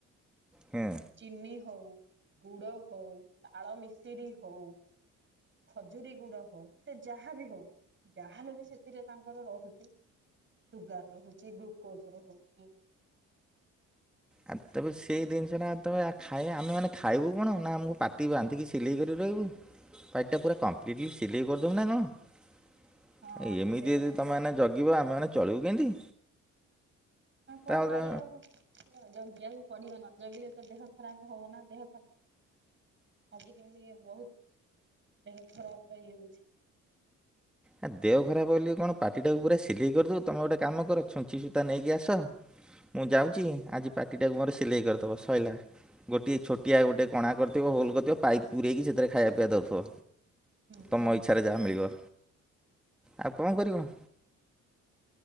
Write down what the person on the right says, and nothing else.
ଚିନି ହଉ ଗୁଡ ହଉ ତାଳ ମିଶିରି ହଉ ଖଜୁରୀ ଗୁଡ ହଉ ସେ ଯାହା ବି ହଉ ଯାହାହେଲେ ବି ସେଥିରେ ତାଙ୍କର ରହୁଚି। ସୁଗାର ରହୁଚି ଗ୍ଲୁକୋଜ ରହୁଚି।
ହଁ ସିଲେଇବା
ନା କଣ
କରିବାକୁ ଜଗିବାକୁ ପଡିବ ନ ଜଗିଲେ ତ ଦେହ ଖରାପ ହବ ନା ଦେହ ଖରା ଆଜିକାଲି ବୋହୁତ୍ ଦେହ ଖରାପେ ରେ ଇ ଏ ହୋଉଚି।
ହୁଁ
ହୁଁ।